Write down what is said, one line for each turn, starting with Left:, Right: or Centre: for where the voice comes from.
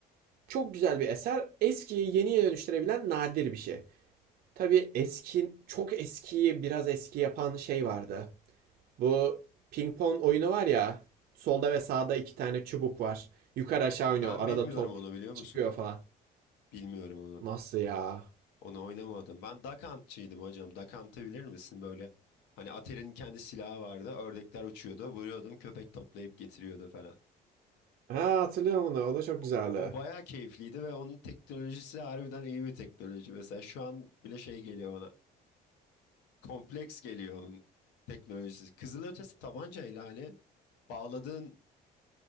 Right: Çok güzel bir eser. Eskiyi yeniye dönüştürebilen nadir bir şey. Tabii eski, çok eskiyi biraz eski yapan şey vardı. Bu ping pong oyunu var ya. Solda ve sağda iki tane çubuk var. Yukarı aşağı
Left: Ben
Right: oynuyor. Arada
Left: bilmiyorum
Right: top
Left: onu biliyor
Right: çıkıyor
Left: musun?
Right: falan.
Left: Bilmiyorum onu.
Right: Nasıl ya?
Left: Onu oynamadım. Ben Duck Hunt'çıydım hocam. Duck Hunt'ı bilir misin böyle? Hani Atari'nin kendi silahı vardı. Ördekler uçuyordu. Vuruyordun köpek toplayıp getiriyordu falan.
Right: Ha hatırlıyorum onu. O da çok güzeldi.
Left: O, o bayağı keyifliydi ve onun teknolojisi harbiden iyi bir teknoloji. Mesela şu an bile şey geliyor bana. kompleks geliyor onun teknolojisi. Kızılötesi tabanca ihlali bağladığın